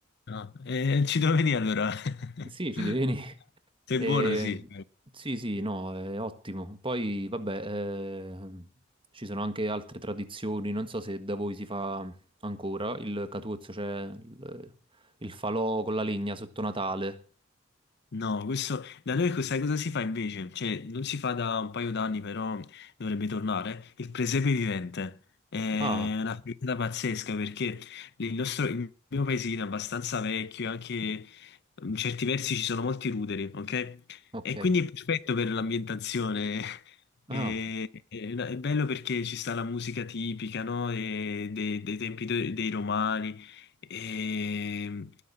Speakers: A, on the left (about 55°); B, on the right (about 25°).
A: no. Eh, ci devo venire allora. <laughs>
B: Sì, ci devi venire. <laughs>
A: Sei
B: Eh,
A: buono, sì.
B: sì, sì, no, è ottimo. Poi, vabbè, eh, ci sono anche altre tradizioni. Non so se da voi si fa ancora il Catuzzo, cioè il, il falò con la legna sotto Natale.
A: No, questo da noi co- sai cosa si fa invece? Cioè, non si fa da un paio d'anni, però dovrebbe tornare. Il presepe vivente è
B: Ah,
A: una figata pazzesca perché il nostro, il mio paesino è abbastanza vecchio, anche in certi versi ci sono molti ruderi, ok?
B: ok.
A: E quindi è perfetto per l'ambientazione. <laughs>
B: Ah.
A: È, è una- è bello perché ci sta la musica tipica, no? E dei, dei tempi de- dei romani. E,